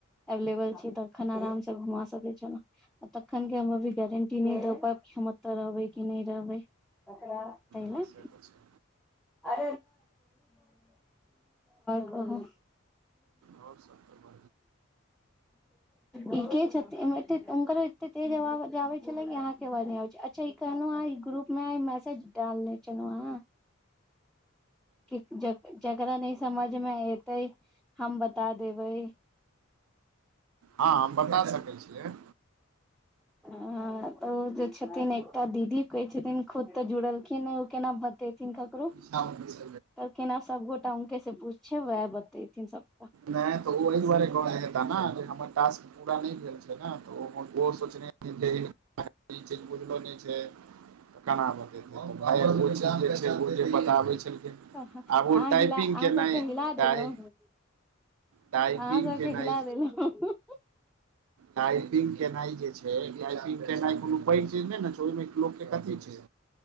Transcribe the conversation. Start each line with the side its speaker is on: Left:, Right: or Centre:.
Centre: एवेलेबल छी तऽ एखन आराम से घुमा सकै छेलौ। अ तखन के हम अभी गारंटी नै दै पाएब। हम एता रहबै कि नै रहबै तै लए।
Right: से तऽ छै।
Centre: और कहुँ?
Right: आओर सब
Centre: इ के छथिन हें तेक हुनकर एते तेज आवाज आबेै छलै है कि अहाँ के आवाज नै आबे छैला, अच्छा ई कहलौ अहाँके ग्रुप में आय मैसेज डालने छेलौ आहाँ की जेक जेकरा नै समझ मे एतेै हम बता देबै।
Right: हां हम बता सकै छियै।
Centre: हां तऽ ओ जे छथिन एक तऽ दीदी कहै छथिन खुद तऽ जुड़लखिन ए ओ केना बतेथिन ककरो?
Right: <unintelligible>
Centre: तब कैना सबगोटा हुनके से पूछे वैह बतेथिन सब।
Right: नै तऽ ओ ए दुआरे कहे हेता नै हमर टास्क पूरा नै भेल छै नै तऽ ओ उहो सोचने हेथीन जे हिनका ई चीज बुझलो नै छै। त केना बतैते <unintelligible> ओ जे बताबै छलखिन
Centre: अहाँ
Right: आब ओ
Centre: हिला
Right: टाइपिंग
Centre: अहाँ
Right: के
Centre: सबके
Right: नै
Centre: हिला देलहुँ
Right: टाए टाइपिंग
Centre: अहाँ सबके
Right: केनाई
Centre: हिला देलहुँ
Right: टाइपिंग केनाइ जे छै टाइपिंग केनाई कोनो पैघ चीज नै ने छै ओइ मे लोक के कथि छै।